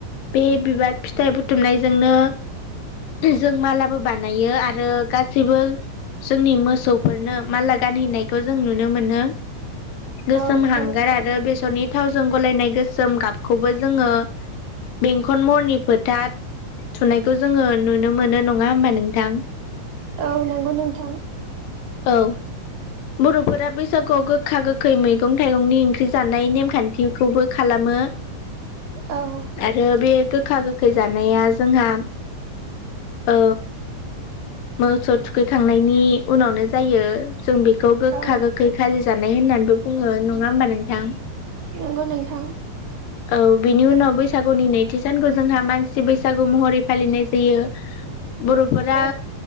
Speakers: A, on the left; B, on the right.
A: बे बिबार फिथाइ बुथुमनायजोंनो जों मालाबो बानायो आरो गासिबो जोंनि मोसौफोरनो माला गानहैनाय जों नुनो मोनो गोसोम
B: औ नंगौ
A: हांगार
B: नोंथां
A: आरो बेसरनि थावजों गलायनाय गोसोम गाबखौबो जोंङो। बेंखन महरनि फोथार थुनायखौ जोंङो नुनो मोनो नंङा होमबा नोंथां
B: औ नंगौ नोंथां
A: औ बर'फोरा बैसागुआव गोखा गोखै मैगं थाइगंनि ओंख्रि जानाय नेमखान्थिखौबो खालामो
B: औ
A: आरो बे गोखा गोखै जानाया जोंहा। ओ मोसौ थुखैखांनायनि उनावनो जायो। जों बेखौ गोखा
B: औ
A: गोखै खालि जानाय होननानैबो बुङो, नंङा होमबा नोंथां?
B: नोंगौ नोंथां।
A: औ बिनि उनाव बैसागुनि नैथि सानखौ जोंहा मानसि बैसागु महरै फालिनाय जायो। बर'फोरा।
B: औ